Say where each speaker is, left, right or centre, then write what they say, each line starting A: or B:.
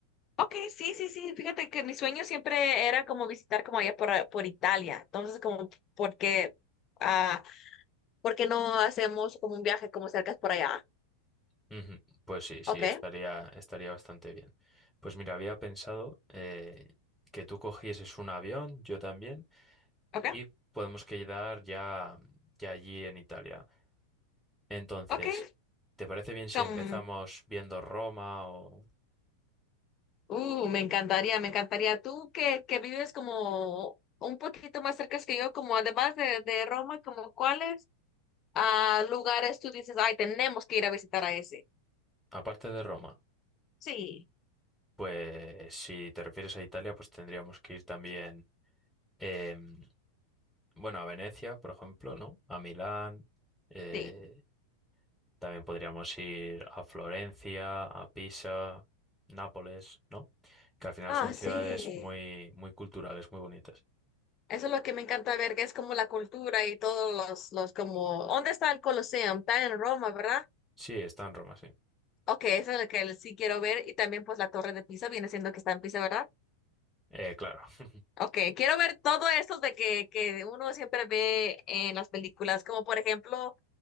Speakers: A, on the left (about 30°); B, in the centre.
A: Ok, sí, sí, sí. Fíjate que mi sueño siempre era como visitar como allá por, por Italia. Entonces, como, ¿por qué, ah, por qué no hacemos como un viaje como cerca por allá?
B: Ujú, Pues sí, sí,
A: Ok,
B: estaría, estaría bastante bien. Pues mira, había pensado eh, que tú cogieses un avión, yo también,
A: ok,
B: y podemos quedar ya, ya allí en Italia. Entonces,
A: ok.
B: ¿te parece bien si
A: Como,
B: empezamos viendo Roma o
A: Uh, me encantaría, me encantaría. Tú que, que vives como un poquito más cerca que yo, como además de, de Roma, como cuáles ah, lugares tú dices, ay, tenemos que ir a visitar a ese.
B: aparte de Roma?
A: Sí,
B: Pues si te refieres a Italia, pues tendríamos que ir también. em, Bueno, a Venecia, por ejemplo, ¿no? A Milán. eh,
A: sí.
B: también podríamos ir a Florencia, a Pisa, Nápoles, ¿no? Que al final son
A: Ah,
B: ciudades
A: sí.
B: muy, muy culturales, muy bonitas.
A: Eso es lo que me encanta ver, que es como la cultura y todos los, los como, ¿dónde está el Colosseum? Está en Roma, ¿verdad?
B: Sí, está en Roma, sí.
A: Ok, eso es lo que sí quiero ver y también pues la Torre de Pisa viene siendo que está en Pisa, ¿verdad?
B: Eh, claro. <laughs>
A: Ok, quiero ver todo eso de que, que uno siempre ve en las películas, como por ejemplo